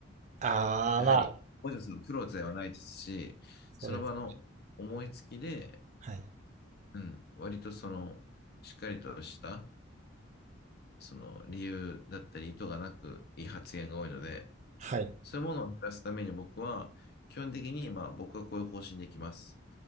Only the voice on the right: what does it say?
ああ、
まあ、
そうです。
はい。
はい。